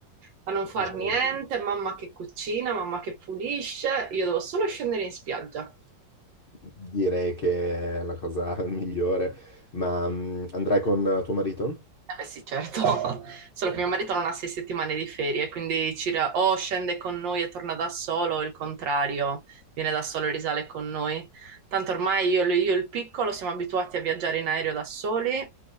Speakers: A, on the right; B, on the left.
A: a non far
B: Diciamo,
A: niente, mamma che cucina, mamma che pulisce, io devo solo scendere in spiaggia.
B: direi che è la cosa <laughs> migliore, ma mm, andrai con eh, tuo marito?
A: Eh beh sì, certo, <laughs> solo
B: Ok.
A: che mio marito non ha sei settimane di ferie, quindi ci ra- o scende con noi e torna da solo, o il contrario, viene da solo e risale con noi. Tanto ormai io, io e il piccolo siamo abituati a viaggiare in aereo da soli, eh,